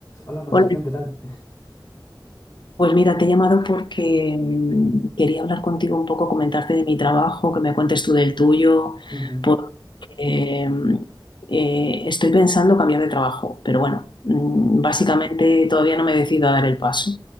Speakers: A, on the left (about 40°); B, on the left (about 70°).
A: Hola Concepción,
B: Hola,
A: ¿qué tal?
B: pues mira, te he llamado porque mm, quería hablar contigo un poco, comentarte de mi trabajo, que me cuentes tú del tuyo,
A: Ujú,
B: porque mm, eh, estoy pensando cambiar de trabajo, pero bueno, mm, básicamente todavía no me decido a dar el paso.